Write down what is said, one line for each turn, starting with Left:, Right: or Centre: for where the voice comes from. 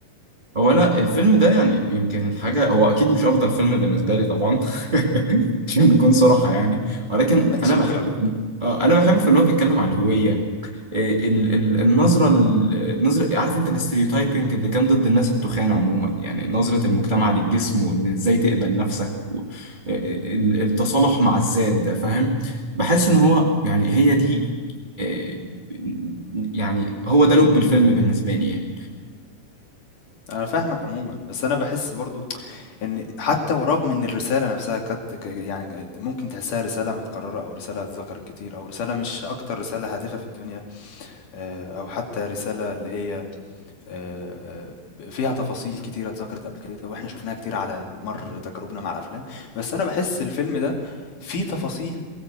Right: هو انا الفيلم ده يعني يمكن الحاجه هو اكيد مش افضل فيلم بالنسبه لي طبعا <laughs> عشان نكون صراحه يعني ولكن
Left: م-
Right: انا
Left: شكرا
Right: مم. بحب في... آه انا بحب في ان هو بيتكلم عن الهويه إيه ال... ال... النظره ال- النظره عارف انت الاستريوتايبنج اللي كان ضد الناس التخان عموما يعني نظره المجتمع للجسم وان ازاي تقبل نفسك و... إيه ال- التصالح مع الذات ده فاهم بحس ان هو يعني هي دي إيه، يعني هو ده لب الفيلم بالنسبه لي يعني.
Left: أنا فاهمك عموما بس أنا بحس برضو إن حتى ورغم إن الرسالة نفسها كانت ك- يعني ممكن تحسها رسالة متكررة أو رسالة اتذكرت كتير أو رسالة مش أكتر رسالة هادفة في الدنيا آه، أو حتى رسالة اللي هي آه، آه، فيها تفاصيل كتيرة اتذكرت قبل كده واحنا شفناها كتير على مر تجاربنا مع الافلام بس انا بحس الفيلم ده فيه تفاصيل